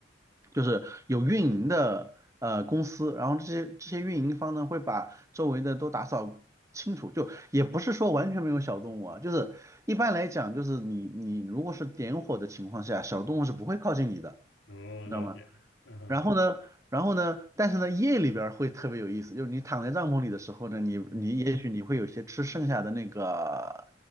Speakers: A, on the right (about 15°); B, on the left (about 75°).
A: 就是有运营的呃公司，然后这些这些运营方呢会把周围的都打扫清楚，就也不是说完全没有小动物啊，就是一般来讲就是你你如果是点火的情况下，小动物是不会靠近你的，
B: 哦，
A: 你知道吗？
B: 了解，嗯哼，
A: 然后呢，然后呢，但是呢，夜里边儿会特别有意思，就是你躺在帐篷里的时候呢，你你也许你会有些吃剩下的那个
B: 嗯，